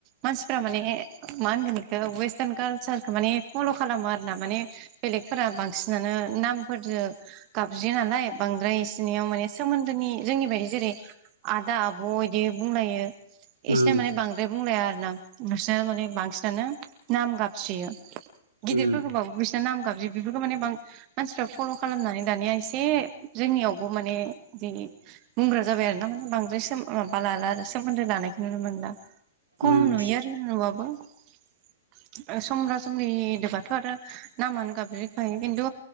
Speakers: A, on the right (about 40°); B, on the right (about 80°).
A: मानसि माने मा होनगोन बेखौ वेस्टार्न कालसारखौ माने फल' खालामो आरोना माने । बेलेगफोरा बांसिनानो नामफोरजों गाबज्रि नालाय बांद्राय इसनियाव माने सोमोन्दोनि जोंनि बायदि जेरै आदा आब' बिदि बुंलायो ।
B: उम
A: इसना माने बांद्राय बुंलाया आरोना बिसिना माने बांसिनानो नाम गाब गिदिरफोरखौबाबो
B: उम
A: बिसना नाम गाबज्रि बेफोरखौ माने बां मानसिफ्रा फल' खालामनानै दानिया एसे जोंनियावबो माने जि बुंग्रा जाबाय आरो ना माने बांद्राय माबा लाला आरो सोमोन्दो नुनो मोनला खम
B: उम
A: नुयो आरोना नुबाबो । समब्रा सब्रिबाथ' आरो नामानो गाब खायो खिन्थु